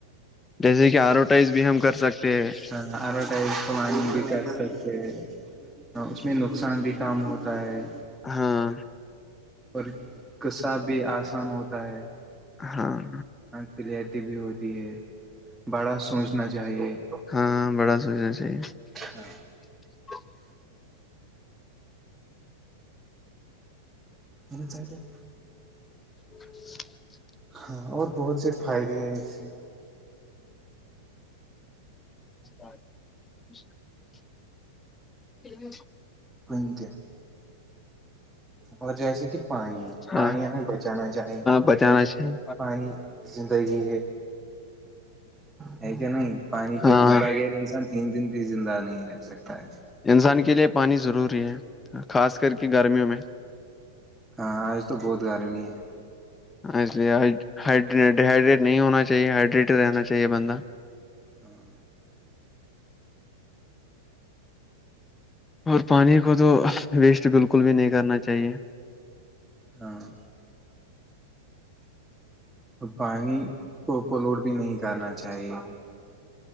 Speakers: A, on the left; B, in the centre.
A: جیسے کہ ایڈورٹائز بھی ہم کر سکتے ہیں
B: ہاں ایڈورٹائزائن بھی کر سکتے ہیں ہ اس میں نقصان بھی کام ہوتا ہے
A: ہاں
B: اور قصہ بھی آسان ہوتا ہے
A: ہاں
B: ہاں کلیئرٹی بھی ہوتی ہے بڑا سوچنا چاہیے
A: ہاں بڑا سوچس <unintelligible>
B: ہاں منا چاہاہ کیا
A: ج
B: ہاں اور بہت سے فائدے ہیں اس سے
A: <inaudible> جی
B: کنت اور جیسے کہ پانی
A: ہاں
B: پانی ہمیں بچانا چاہے کیونکہ
A: بچانا چاہیے
B: پانی زندگی ہے ہے کیا نہیں پانی کے
A: ہاں
B: بغیر انسان تین دن بھی زندہ نہیں رہکھ سکتا ہے
A: انسان کے لیے پانی ضروری ہے خاص کر کے گرمیوں میں
B: ہاں آج تو بہت گرمی ہے
A: اس اس لی ہ ہائڈریٹ نہیں ہونا چاہیے ہائڈریٹ رہنااہے <unintelligible> <inaudible>
B: ہاں
A: اور پانی کو تو ویسٹ بالکل بھی نہیں کرنا چاہیے
B: ہاں پانی اوپلوڈ بھی نہیں کرنا چاہیے